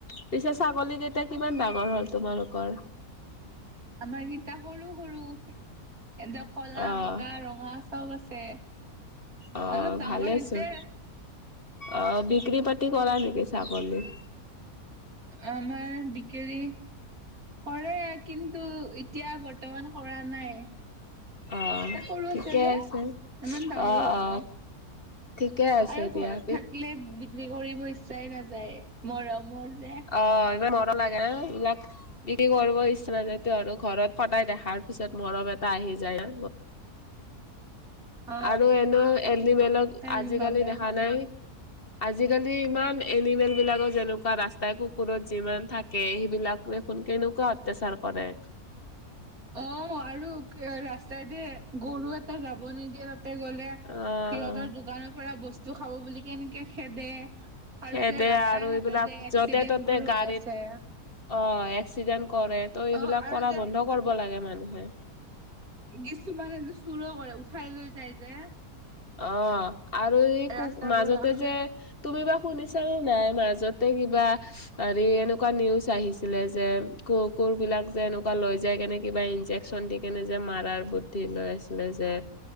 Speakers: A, on the left; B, on the right.
A: পিছে ছাগলী কেইট টা কিমান ডাঙৰ হ'ল তোমালোকৰ?
B: আমাৰকেইটা সৰু সৰু এদ কলা,
A: অ',
B: বগা, ৰঙা চব আছে।
A: অ',
B: অলপ ডাঙৰ
A: ভালেচোন
B: হৈছে।
A: অ বিক্ৰী পাতি কৰা নেকি ছাগলী?
B: আমাৰ বিকেৰী কৰে কিন্তু এতিয়া বৰ্তমান কৰা নাই।
A: অহ
B: এতিয়া সৰু
A: ঠিকে
B: যে
A: আছে
B: ইমান ডাঙৰ
A: অ
B: হোৱা
A: অ
B: নাই
A: ঠিকে আছে
B: আৰু
A: দিয়া।
B: ঘৰত
A: বি
B: বিক্ৰী কৰিব ইচ্ছাই নাযায় মৰমৰ যে
A: অ ইবাৰ মন লাগে এইবিলাক। বিক্ৰী কৰিব ইচ্ছা নাজাইটো আৰু ঘৰত হদাই দেখাৰ পিছত মৰম এটা আহি যায়।
B: <inaudible> অ
A: আৰু এনেও এনিমেলক
B: সেই
A: আজিকালি
B: বাবে
A: দেখা নাই আজিকালি ইমান এনিমেল বিলাকৰ যেনেকুৱা ৰাস্তা, তাই কুকুৰত যিমান থাকে সেইবিলাক দেখোনকে কেনেকুৱা অত্যাচাৰ কৰে।
B: অ আৰু ৰাস্তাই দি গৰু এটা যাব নিদিয়ে তাতে গ'লে,
A: অ',
B: সিহঁতৰ দোকানৰ পৰা বস্তু খাব বুলি কেনেকে খেদে।
A: খেদে
B: আৰু যে ৰাস্তা
A: আৰু
B: ঘাটে
A: এইবিলাক
B: যে এক্সিডেন্ট
A: য'তে ত'তে
B: বোৰ হৈ
A: গাড়ীত
B: আছে,
A: অ এক্সিডেণ্ট কৰে ত এইবিলাক
B: অ' আৰু
A: কৰা
B: যে
A: বন্ধ কৰিব লাগে মানুহে।
B: কিছুমানেটো চুৰ কৰে উঠাই লৈ যায় যে।
A: অ আৰু এই ক
B: ৰাস্তাৰ
A: মাজতে
B: পৰা
A: যে তুমি বা শুনিছা নে নাই মাজতে কিবা হৰি এনেকুৱা নিউজ আহিছিলে যে ক কোৰ বিলাক যে এনেকুৱা লৈ যায় কেনে কিবা ইনজেকচন দি কেনে যে মাৰাৰ বুদ্ধি লৈ আছিলে যে